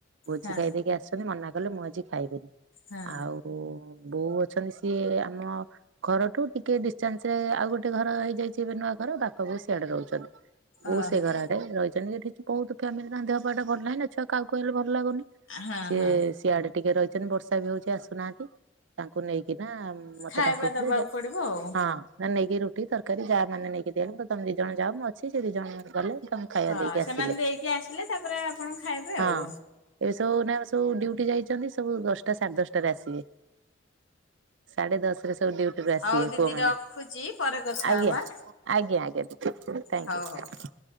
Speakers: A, on the right; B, on the left.
A: ଭୋଜି
B: ହଁ
A: ଖାଇ ଦେଇକି ଆସିଛନ୍ତି ମନା କଲେ ମୁଁ ଆଜି ଖାଇବିନି
B: ହଁ
A: ଆଉ ଓ ବୋଉ ଅଛନ୍ତି ସିଏ ଆମ ଘରଠୁ ଟିକେ ଡିଷ୍ଟାନ୍ସ ରେ ଆଉ ଗୋଟେ ଘର ହେଇଯାଇଛି ନୂଆ ଘର ବାପା ବୋଉ ସିଆଡ଼େ ରହୁଛନ୍ତି ବୋଉ
B: ଓହୋ
A: ସେ ଘର ଆଡ଼େ ରହିଛନ୍ତି ସେଠି ବହୁତ ଫ୍ୟାମିଲି ତାଙ୍କ ଦେହପାଆଟା ଭଲ ନାହଁ ନା ଛୁଆ କାଉ କାଉ ହେଲେ ଭଲ ଲାଗୁନି
B: ହଁ
A: ସିଏ
B: ହଁ
A: ସିଆଡ଼େ ଟିକେ ରହିଛନ୍ତି ବର୍ଷା ବି ହଉଛି ଆସୁନାହାନ୍ତି ତାଙ୍କୁ ନେଇକି ନା ମତେ
B: ଖାଇବା
A: ଡାକୁଥିଲେ
B: ଦବାକୁ ପଡିବ ଆଉ।
A: ହଁ ନେଇକି ରୁଟି ରୁଟି ତରକାରୀ ଯା ମାନେ ନେଇକି ଦେଲେ ମୁଁ ତମେ ଦି ଜଣ ଯା ମୁଁ ଅଛି ସେ ଦି ଜଣ ଗଲେ ଖାଇବା
B: ହଁ
A: ଦେଇକି
B: ସେମାନେ
A: ଆସିଲେ
B: ଦେଇକି ଆସିଲେ ତାପରେ ଆପଣ ଖାଇବେ
A: ହଁ
B: ଆଉ।
A: ଏବେ ସବୁ ନାଇଁ ସବୁ ଡ୍ୟୁଟି ଯାଇଛନ୍ତି ସବୁ ଦଶଟା ସାଢ଼େ ଦଶଟାରେ ଆସିବେ ସାଢ଼େ ଦଶ ରେ ସବୁ ଡ୍ୟୁଟିୁ ରୁ ଆସିବେ
B: ହଉ ଦିଦି
A: ପୁଅ ମାନେ
B: ରଖୁଛି ପରେ କଥା
A: ଆଜ୍ଞା।
B: ହବା
A: ଆଜ୍ଞା ଆଜ୍ଞା ଥ୍ୟାଙ୍କ
B: ହଉ
A: ୟୁ।
B: ହଉ।